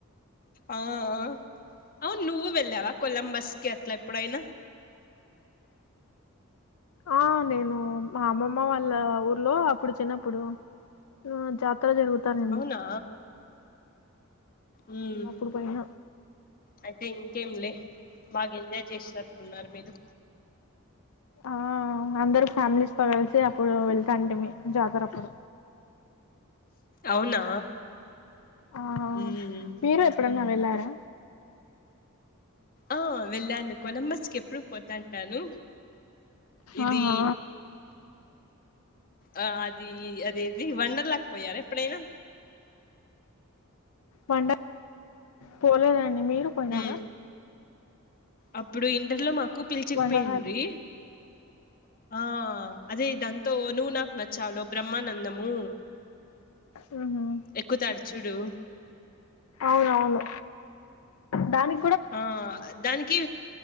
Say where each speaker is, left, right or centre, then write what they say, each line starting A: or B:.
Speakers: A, on the left; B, on the left.
A: ఆ అ అవు నువ్వు వెళ్ళావా కొలంబస్ కి అట్లా ఎప్పుడైనా
B: ఆ నేను మా అమ్మమ్మ వాళ్ళ ఊర్లో అప్పుడు చిన్నప్పుడు ఆ జాతర జరుగుతానింది
A: అవునా ఉమ్
B: అప్పుడు పోయిన
A: అయితే ఇంకేంలే బాగ ఎంజాయ్ చేసినట్లు ఉన్నారు మీరు
B: ఆ అందరు ఫ్యామిలీస్ తో కలిసి అప్పుడు వెళ్తాంటిమి జాతర అప్పుడు
A: అవునా
B: ఆ
A: ఉమ్
B: మీరు ఎప్పుడన్నా వెళ్ళారా
A: ఆ వెళ్ళాను కొలంబస్కి ఎప్పుడు పోతాంటాను ఇది
B: ఆహా
A: ఆ అదీ ఇది వండర్లకు పోయార ఎప్పుడైనా
B: వండ పోలేదండి మీరు పోయినారా
A: ఉమ్. అప్పుడు ఇంటర్లో మాకు పిలిచికపోయిండ్రీ
B: వండకాలు
A: ఆ అదే దాంతో నువ్వు నాకు నచ్చావులో బ్రహ్మానందము
B: హుహు.
A: ఎక్కుతాడుచుడు
B: అవునవును దాని
A: ఆ దానికి